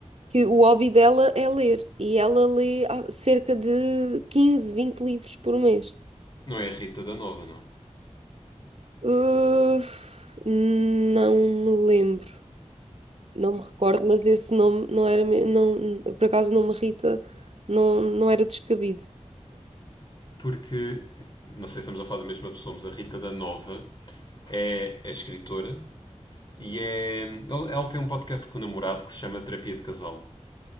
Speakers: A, on the right; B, on the left.
A: que o hobby dela é ler e ela lê ah, cerca de 15 20 livros por mês.
B: Não é a Rita da Nova, não.
A: Uh, não me lembro, não me recordo, mas esse nome não era, me- não, por acaso o nome Rita não, não era descabido.
B: porque não sei se estamos a falar da mesma pessoa, mas a Rita da Nova é, é escritora e é. Ela tem um podcast com o namorado que se chama Terapia de Casal.